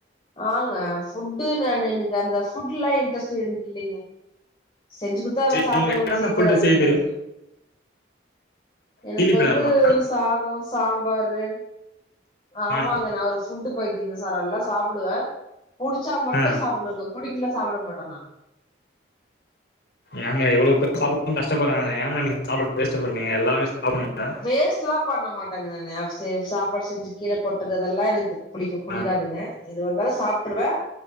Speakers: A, on the left; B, on the left.
A: ஆங்க ஃபுட்டு நானு எனக்கு அந்த ஃபுட்லா இன்ட்ரஸ்ட் எனக்கு இல்லைங்க செஞ்சி குத்தா நல்லா
B: சேரி
A: சாப்புடுவோ
B: உங்களுக்கு என்னென்ன
A: செய்ய
B: ஃபுட்டு
A: தெரியாதுங்க அது மாரில்லா
B: தெரியு
A: எனக்கு
B: தீனி பணியாரமா
A: வந்து சாதோ சாம்பாரு ஆமாங்க
B: ஆ
A: நா ஒரு ஃபுட் பைத்தியங்க சார் நல்லா சாப்டுவே புடிச்சா மட்டு
B: ஆ
A: சாப்டுவேங்க புடிக்கல சாப்ட மாட்டே நா
B: ஏங்க எவ்ளோ பேர் <inaudible> கஷ்டப்பட்றாங்க ஏங்க நீங்க சாப்பாட்ட வேஸ்ட் பண்றீங்க எல்லாமே சாப்புட்னுங்க
A: வேஸ்ட் லா பண்ண மாட்டேங்க நானு அது செ சாப்பாடு செஞ்சி கீழ கொட்டுறத்து இதெல்லா எனக்கு புடிக்க புடிக்காதுங்க
B: ஆ
A: எதுவா வந்தாலு சாப்ருவே